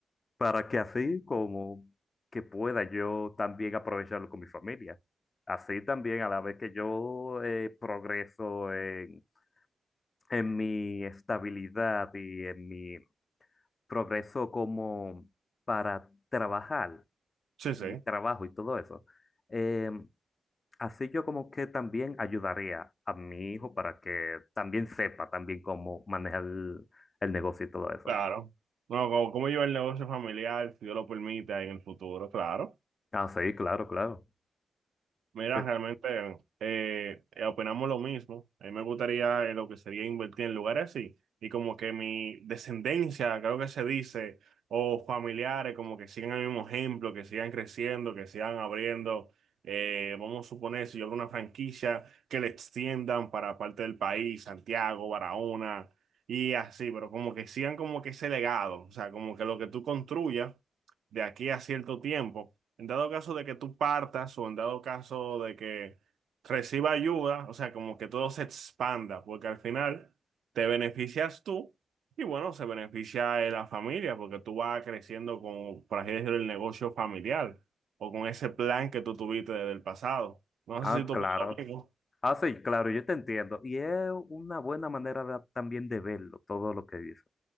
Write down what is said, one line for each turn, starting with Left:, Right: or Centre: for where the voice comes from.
Left: para que así como que pueda yo también aprovecharlo con mi familia. Así también a la vez que yo eh, progreso en, en mi estabilidad y en mi progreso como para trabajar,
Right: Sí,
Left: en
Right: sí,
Left: mi trabajo y todo eso. eh, Así yo como que también ayudaría a mi hijo para que también sepa también cómo manejar el, el negocio y todo eso.
Right: claro. No, como, como yo el negocio familiar, si Dios lo permite en el futuro, claro.
Left: Ah, sí, claro, claro.
Right: Mira,
Left: Sí.
Right: realmente eh, eh, opinamos lo mismo. A mí me gustaría eh, lo que sería invertir en lugares así. Y como que mi descendencia, creo que se dice, o familiares, como que sigan el mismo ejemplo, que sigan creciendo, que sigan abriendo. eh, vamos a suponer, si yo abro una franquicia, que le extiendan para parte del país, Santiago, Barahona, y así, pero como que sigan como que ese legado, o sea, como que lo que tú construyas de aquí a cierto tiempo en dado caso de que tú partas o en dado caso de que reciba ayuda, o sea, como que todo se expanda, porque al final te beneficias tú y bueno, se beneficia eh, la familia, porque tú vas creciendo con, por así decirlo, el negocio familiar o con ese plan que tú tuviste desde el pasado. No
Left: Ah,
Right: sé si tú
Left: claro.
Right: piensas lo mismo.
Left: Ah, sí, claro, yo te entiendo. Y es una buena manera de- también de verlo, todo lo que dices.